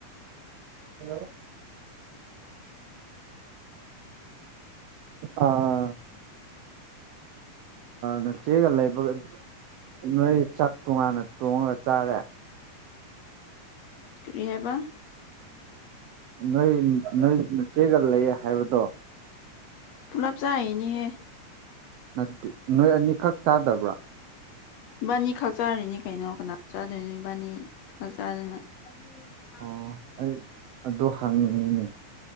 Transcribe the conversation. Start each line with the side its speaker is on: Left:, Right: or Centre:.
Right: ꯍꯂꯣ ꯑꯥ ꯅꯆꯦꯒ ꯂꯩꯕꯒ ꯅꯣꯏ ꯆꯥꯛ ꯇꯣꯡꯉꯥꯟꯅ ꯇꯣꯡꯉꯒ ꯆꯥꯔꯦ
Left: ꯀꯔꯤꯍꯥꯏꯕ
Right: ꯅꯣꯏ ꯅꯣꯏ ꯆꯦꯒ ꯂꯩꯌꯦ ꯍꯥꯏꯕꯗꯣ
Left: ꯄꯨꯂꯥꯞ ꯆꯥꯏꯅꯤꯍ‌ꯦ
Right: ꯅꯠꯇꯦ ꯅꯣꯏ ꯑꯅꯤꯈꯛ ꯆꯥꯗꯕ꯭ꯔꯥ
Left: ꯏꯕꯥꯅꯤ ꯈꯛ ꯆꯥꯔꯤꯅꯤ ꯀꯩꯅꯣ ꯀꯅꯥ ꯆꯥꯗꯣꯏꯅꯣ ꯏꯕꯥꯅꯤ ꯈꯛ ꯆꯥꯗꯅ ꯑꯅꯤꯅ
Right: ꯑꯣ ꯑꯩ ꯑꯗꯨꯣ ꯍꯥꯡꯉꯤꯅꯤꯅꯤ